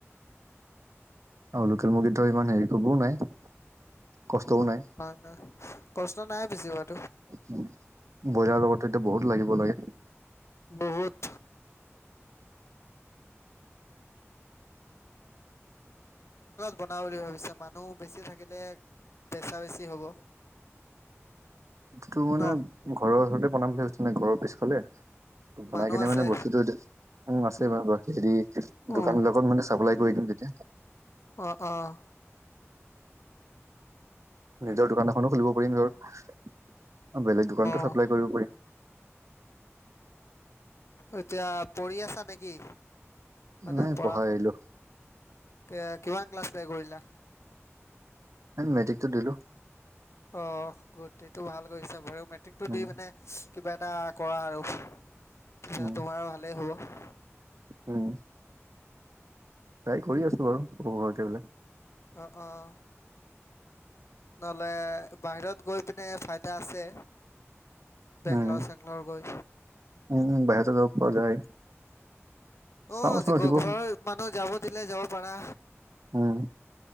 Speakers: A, on the right; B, on the left.
A: আৰু লোকেল মুৰ্গীটু ইমান হেৰি কবও নাই, কষ্টও নাই।
B: নহয় নহয় কষ্ট নাই বেছিভাগ।
A: ব্ৰইলাৰ লগতো এতিয়া বহুত লাগিব লাগে।
B: বহুত! বনাও বুলি ভাবিছা, মানুহ বেছি থাকিলে পেছা বেছ হ'ব।
A: তোৰ মানে
B: ন
A: ঘৰৰ চৰতে বনাম বুলি ভাবিছোঁ মানে, ঘৰৰ পিছফালে। ত' বনাই
B: মানুহ
A: কিনে
B: আছে
A: মানে বস্তুটো এতিয়া উম, আছে বাৰু ব হেৰি
B: অঁ
A: দোকান বিলাকত মানে চাপ্লাই কৰি দিম তেতিয়া
B: অ', অ',
A: নিজৰ দোকান এখনো খুলিব পাৰিম ধৰ। অ, বেলেগ দোকানতো চাপ্লাই
B: অঁ
A: কৰিব পাৰিম।
B: এতিয়া পঢ়ি আছা নে কি? মানে
A: নাই
B: পঢ়া,
A: পঢ়াই আহিলো
B: কে কিমান ক্লাছ লেকে কৰিলা?
A: মেট্ৰিকটো দিলো।
B: অ', গুড এইতো ভাল কৰিছা বাৰু, মেট্ৰিকটো
A: উম
B: দি মানে কিবা এটা কৰা আৰু, তেতিয়া
A: উম
B: তোমাৰো ভালেই হ'ব।
A: উম, ট্ৰাই কৰি আছো বাৰু <unintelligible>
B: অহ, অ', নহলে, বাহিৰত গৈ পিনে ফাইদা আছে। বেংগলৰ
A: উম
B: চেংগলৰ গৈ।
A: উম, বাহিৰতো যাব পৰা যায়।
B: অ',
A: চাওঁচোন
B: আজি
A: ৰখিব
B: ঘ-ঘৰৰ মানুহ যাব দিলে যাব পাৰা।
A: উম,